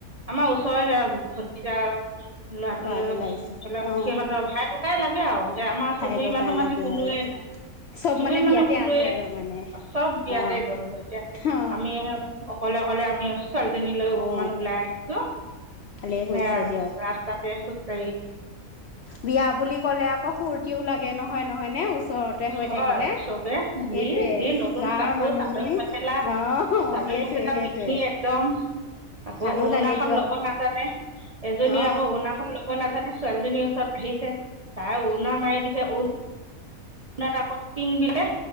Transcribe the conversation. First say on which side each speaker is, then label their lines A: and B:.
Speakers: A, on the right; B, on the left.
A: আমাৰ ওচৰে সেয়া ভতিযা আৰু <unintelligible>
B: ল'ৰা এটা লাগিছে অ
A: সিহঁতৰ ভাই ককাই লাগ <unintelligible> এতিয়া আমাৰ
B: ভাই
A: চুবুৰী
B: ককাই
A: মানুহ মানে
B: লাগে
A: কোনোৱে
B: আৰু
A: নাই,
B: চব
A: চুবুৰী
B: মানে
A: মানুহ
B: বিয়াতে
A: কোনোৱে
B: আছেগৈ
A: নাই
B: মানে
A: চব বিয়াতে
B: অ
A: গ'ল, এতিয়া
B: অ
A: আমি অকলে-অকলে আমি ছোৱালীজনীলৈ অকমান
B: অ
A: ওলাই আহিছো
B: ভালেই কৰিছে
A: সেয়া
B: দিয়ক
A: ৰাস্তাত <unintelligible> খুজ কাঢ়ি
B: বিয়া বুলি ক'লে আকৌ ফুৰ্তিও লাগে নহয় নহয় নে ওচৰতে হৈ
A: হয়
B: থাকিলে
A: চবে হেৰি
B: সেইটোৱে
A: যি নতুন
B: গাঁৱৰ
A: কাপোৰ
B: মানুহখিনি
A: চাদৰ মেখেলা-
B: অহ
A: চাদৰ
B: সেইটোৱে
A: মেখেলা
B: সেইটোৱে
A: পিন্ধি একদম আকৌ
B: ভালো
A: অৰুণাখন
B: লাগে দিয়ক
A: ল'ব নাজানে, এজনী
B: অ
A: আকৌ অৰুণাখন ল'ব নাজানে। ছোৱালীজনীৰ ওচৰত আহিছে তাই উৰুণা মাৰি দিছে উৰু অৰুণাত আকৌ পিং দিলে